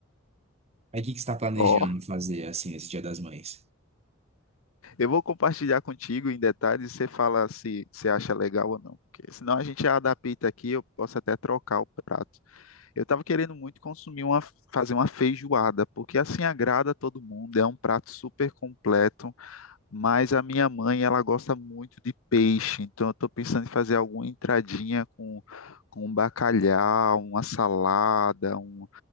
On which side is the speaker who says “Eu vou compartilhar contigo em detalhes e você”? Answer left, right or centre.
Left